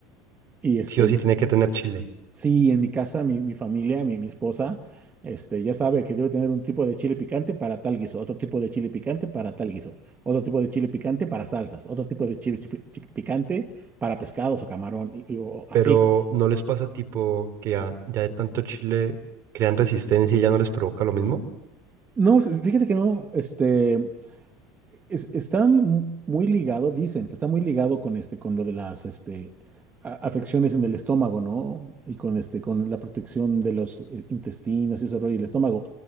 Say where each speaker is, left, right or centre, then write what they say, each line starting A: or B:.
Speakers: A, on the right; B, on the right.
A: Y este,
B: Sí o sí tiene que tener chile.
A: sí, en mi casa, mi, mi familia, mi, mi esposa, este, ya sabe que debe tener un tipo de chile picante para tal guiso, otro tipo de chile picante para tal guiso, otro tipo de chile picante para salsas, otro tipo de chile chi- chi- picante para pescados o camarón, y, y- o así.
B: Pero ¿no les pasa tipo que ya, ya de tanto chile crean resistencia y ya no les provoca lo mismo?
A: No, fí- fíjate que no, este, es- está mu- muy ligado, dicen que está muy ligado con este, con lo de las, este, a- afecciones en el estómago, ¿no? Y con este, con la protección de los eh, intestinos y ese rollo, y el estómago.